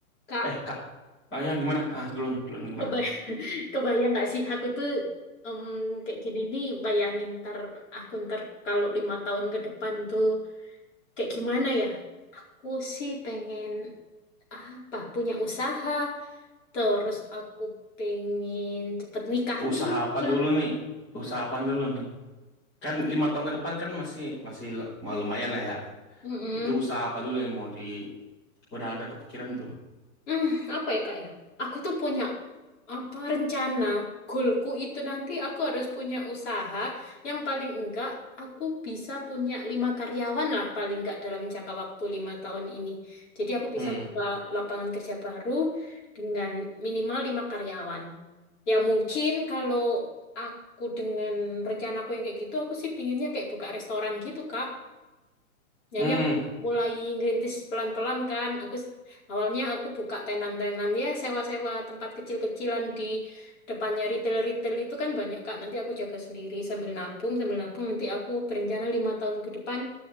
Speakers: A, on the left (about 55°); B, on the left (about 20°).
A: Kak,
B: Eh kak, ah, ya gimana? Ah duluan, duluan gimana?
A: kebay <laughs> kebayang nggak sih aku itu em, kayak gini nih bayangin ntar aku ntar kalau lima tahun ke depan tuh kayak gimana ya? Aku sih pengen apa punya usaha, terus aku pengen cepet nikah
B: Usaha
A: juga.
B: apa dulu nih? Usaha apa dulu nih? Kan lima tahun ke depan kan masih masih l- lumayan lah ya.
A: Mm-mm.
B: Itu usaha apa dulu yang mau di? Udah ada kepikiran belum?
A: Hmm, apa ya kak ya? Aku tuh punya apa rencana goalku itu nanti aku harus punya usaha yang paling enggak aku bisa punya lima karyawan lah paling enggak dalam jangka waktu lima tahun ini. Jadi aku
B: Hmm,
A: bisa buka lapangan kerja baru dengan minimal lima karyawan. Ya mungkin kalau aku dengan rencanaku yang kayak gitu aku sih pinginnya kayak buka restoran gitu kak. Nah,
B: hmm,
A: ini aku mulai ngerintis pelan-pelan kan. Aku s- awalnya aku buka tenan-tenan ya, sewa-sewa tempat kecil-kecilan di depannya retail-retail itu kan banyak Kak. Nanti aku jaga sendiri sambil nabung, sambil nabung nanti aku berencana lima tahun ke depan